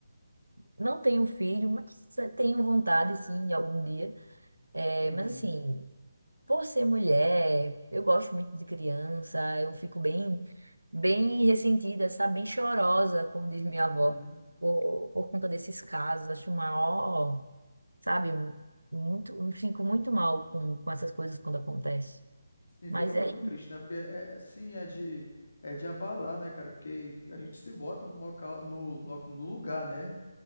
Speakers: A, on the right; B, on the left.
A: Não tenho filho, mas tenho vontade, sim, de algum dia. É,
B: Uhum,
A: mas assim, por ser mulher, eu gosto muito de criança, eu fico bem, bem ressentida, sabe? Bem chorosa, como diz minha avó,
B: uhum.
A: por, por conta desses casos. Acho maior, sabe? Muito, eu fico muito mal com, com essas coisas quando acontece.
B: Sim,
A: Mas
B: fica
A: é
B: muito
A: isso.
B: triste, né? Porque é, é, sim, é de é de abalar, né, cara? Porque a gente se bota no local, no, lo- no lugar, né,